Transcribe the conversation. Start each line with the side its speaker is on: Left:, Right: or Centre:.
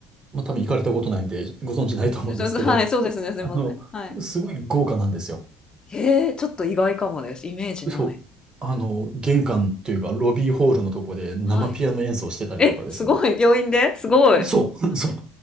Right: まあ、多分行かれたことないんで、ご存知ないと思うんですけど、
Left: うんじゃあはい、そうですね、すいません。
Right: あの、
Left: はい。
Right: すごい豪華なんですよ。
Left: へえ、ちょっと意外かもです。イメージない。
Right: そう。あの、玄関というか、ロビーホールのとこで生ピアノ演奏してたりとかですね。
Left: はい。え、すごい、病院ですごい。
Right: そう。<laughs> そう。